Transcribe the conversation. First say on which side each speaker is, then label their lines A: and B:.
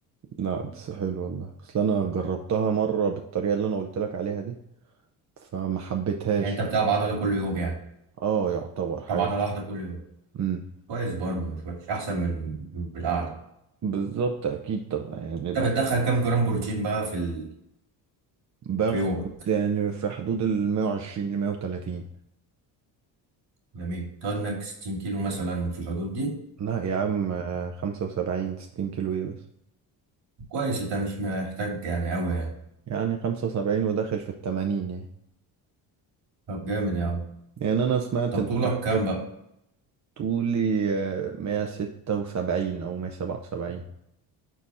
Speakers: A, on the right (about 35°); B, on the right (about 60°).
A: لا بس حلو والله اصل انا جربتها مره بالطريقه اللي انا قلت لك عليها دي فما حبيتهاش
B: يعني أنت بتلعب عضلة كل يوم يعني
A: اه يعتبر حاجه
B: بتلعب عضلة واحدة كل يوم
A: امم
B: كويس برضه مش وحش أحسن من من القعدة
A: بالظبط اكيد طبعا يعني بحب
B: أنت بتدخل كام جرام بروتين بقى في ال...
A: باخد
B: في يومك
A: يعني في حدود ال 120 ل 130
B: جميل تقعد إنك 60 كيلو مثلا في الحدود دي
A: لا يا عم آه، 75 60 كيلو ايه بس
B: كويس أنت مش محتاج يعني أوي يعني
A: يعني 75 وداخل في ال 80 يعني
B: طب جامد يا عم
A: يعني انا سمعت
B: طب
A: انت
B: طولك
A: محتاج
B: كام بقى
A: طولي آه، 176 او 177